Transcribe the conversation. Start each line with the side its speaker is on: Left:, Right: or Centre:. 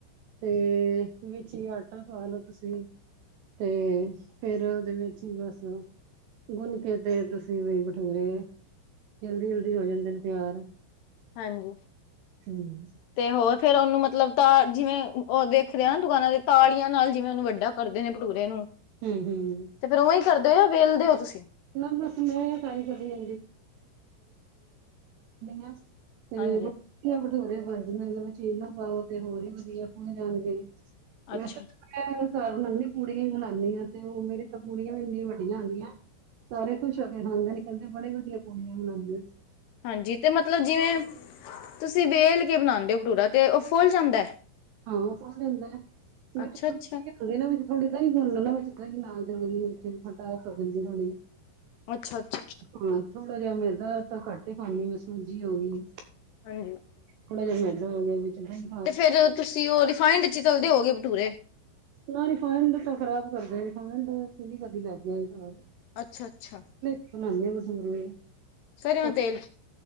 Right: ਤੇ ਵਿਚ ਹੀ ਆਟਾ ਪਾ ਲੋ ਤੁਸੀ। ਤੇ ਫੇਰ ਉਹਦੇ ਵਿਚ ਹੀ ਬਸ ਗੁਨਕੇ ਤੇ ਤੁਸੀ ਵੀ ਭਟੂਰੇ ਜਲਦੀ-ਜਲਦੀ ਹੋ ਜਾਦੇ ਨੇ ਤਿਆਰ।
Left: ਹਾਂਜੀ
Right: ਹੂੰ,
Left: ਤੇ ਹੋਰ ਫੇਰ ਉਨੂੰ ਮਤਲਬ ਤਾਂ ਜਿਵੇ ਉਹ ਦੇਖਰੇ ਆ ਨਾ ਦੁਕਾਨਾ ਦੇ ਤਾੜੀਆਂ ਨਾਲ ਜਿਵੇ ਉਨੂੰ ਵਡਾ ਕਰਦੇ ਨੇ ਪਟੂਰੇ ਨੂੰ।
Right: ਹੂੰ-ਹੂੰ
Left: ਤੇ ਫੇਰ ਉਵੇ ਹੀ ਕਰਦੇ ਹੋ ਯਾ ਵੇਲਦੇ ਹੋ ਤੁਸੀ?
Right: ਨਾ ਬਸ ਮੈ <unintelligible> ਦਿੰਨੀ ਆ। ਤੇ
Left: ਹਾਂਜੀ
Right: ਵਧੀਆ ਭਠੂਰੇ ਵੀ ਬਨ ਜਾਣਗੇ ਵਿਚ ਇਨੋ ਪਾਓ ਤੇ ਹੋਰ ਵੀ ਵਧੀਆ ਜਾਣ ਗੇ। ਵੈਸੇ
Left: ਅੱਛਾ
Right: ਤ ਮੈ ਕਰ ਬਨਾਨੀ ਆ ਪੂੜੀਆਂ ਹੀ ਬਨਾਨੀ ਆ ਤੇ ਉਹ ਮੇਰੀ ਤਾਂ ਪੂੜੀਆਂ ਵੀ ਇੰਨੀਆਂ ਵਡੀਆਂ ਹੂਦੀਆ। ਸਾਰੇ ਖੁਸ਼ ਹੋ ਕੇ ਖਾਦੇ ਨੇ ਕਹਦੇ ਬੜੀ ਵਧੀਆ ਪੂੜੀਆਂ ਬਨਾਦੇ ਹੋ ਤ
Left: ਹਾਂਜੀ ਤੇ ਮਤਲਬ ਜਿਵੇ ਤੁਸੀ ਵੇਲ ਕੇ ਬਨਾਦੇ ਹੋ ਭਟੂਰਾ ਤੇ ਉਹ ਫੁੱਲ ਜਾਂਦਾ।
Right: ਹਾਂ ਫੁੱਲ ਜਾਦਾ ਵਿਚ
Left: ਅੱਛਾ
Right: ਸੂਜੀ
Left: ਅੱਛਾ
Right: ਤੁਸੀ ਨਾ ਵਿਚ ਥੋੜੀ ਦਈ ਗੁੱਨ ਲੋ ਨਾ ਵਿਚ ਦਈ ਨਾਲ ਜਲਦੀ ਵਿਚ ਖੱਟਾਸ ਹੋ ਜਾਦੀ ਥੋੜੀ।
Left: ਅੱਛਾ ਅੱਛਾ
Right: ਹਾਂ ਥੋੜਾ ਜਾ ਮੈਦਾ ਤਾਂ ਘੱਟ ਹੀ ਪਾਨੀ ਮੈ ਸੂਜੀ ਹੋ ਗੀ।
Left: ਹਾਂਜੀ
Right: ਥੋੜਾ ਜਾ ਮੈਦਾ ਹੋ ਗਿਆ ਵਿਚ ਦਈ।
Left: ਤੇ ਫੇਰ ਤੁਸੀ ਉਹ ਰਿਫਾਈੰਡ ਇਚ ਹੀ ਤਲਦੇ ਹੋਗੇ ਭਟੂਰੇ।
Right: ਨਾ ਰਿਫਾਇਡ ਦੇ ਤਾਂ ਖਰਾਬ ਕਰਦੇ ਰਿਫਾਇਡ ਅਸੀ ਨੀ ਕਦੀ ਲੈ ਕੇ ਆਏ <unintelligible>
Left: ਅੱਛਾ-ਅੱਛਾ
Right: ਬਨਾਨੇ ਆ ਭਟੂਰੇ ਹਾਂ
Left: ਸਰ੍ਹੋਂ ਤੇਲ ਚ